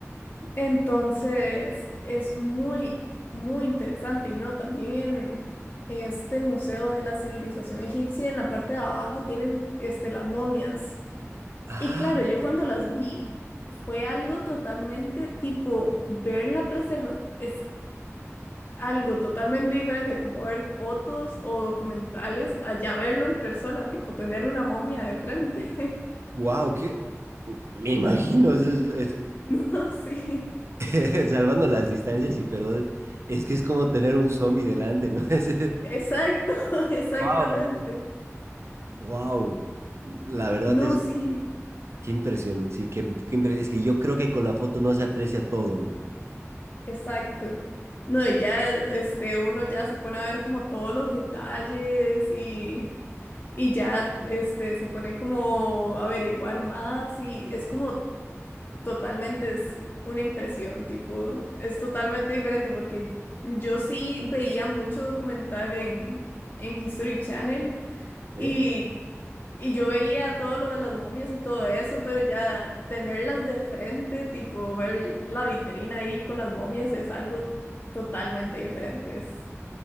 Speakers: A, on the left (about 45°); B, on the right (about 60°).
A: entonces, es muy, muy interesante. Y no, también en, este el Museo de la Civilización Egipcia, en la parte de abajo, tienen este, las momias.
B: Ah,
A: Y claro, yo cuando las vi, fue algo totalmente tipo ver la preserva, es algo totalmente diferente como ver fotos o documentales, allá verlo en persona, tipo tener una momia de frente. <laughs>
B: wow, qué, me imagino, es- es- es-
A: No, sí,
B: <laughs> salvando las distancias y perdón, es que es como tener un zombie delante, ¿no? <laughs> Es,
A: exacto, <laughs> exactamente.
B: Wow. wow, la verdad
A: No,
B: es,
A: sí.
B: qué impresión, sí, qué, qué impre- es que yo creo que con la foto no se aprecia todo.
A: Exacto. No, y ya este, uno ya se pone a ver como todos los detalles y, y ya este, se pone como a averiguar más y es como totalmente es una impresión, tipo, es totalmente diferente porque yo sí veía mucho documental en, en History Channel
B: Ok.
A: y y yo veía todo lo de las momias y todo eso, pero ya tenerlas de frente, tipo ver la vitrina ahí con las momias es algo totalmente diferente. Es